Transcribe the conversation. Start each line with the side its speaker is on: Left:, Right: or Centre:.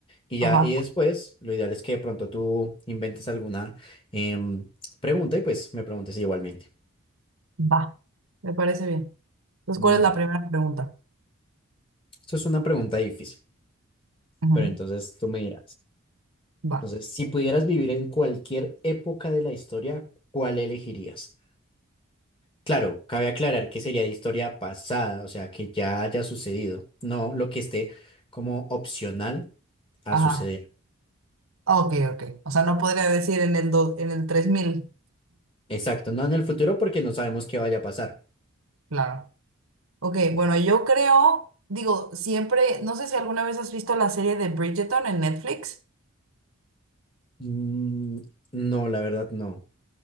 Left: Y ya,
Right: ajá,
Left: y después, lo ideal es que de pronto tú inventes alguna em, pregunta y pues me preguntes igualmente.
Right: va, me parece bien. Entonces,
Left: Vale,
Right: ¿cuál es la primera pregunta?
Left: esto es una pregunta difícil,
Right: Ujú,
Left: pero entonces tú me dirás.
Right: Va,
Left: Entonces, si pudieras vivir en cualquier época de la historia, ¿cuál elegirías? Claro, cabe aclarar que sería de historia pasada, o sea, que ya haya sucedido, no lo que esté como opcional a
Right: ajá,
Left: suceder.
Right: Ah, ok, ok. O sea, no podría decir en el, do- en el tres mil
Left: Exacto, no en el futuro porque no sabemos qué vaya a pasar.
Right: claro. Ok, bueno, yo creo, digo, siempre, no sé si alguna vez has visto la serie de Bridgerton en Netflix.
Left: Mm, no, la verdad no.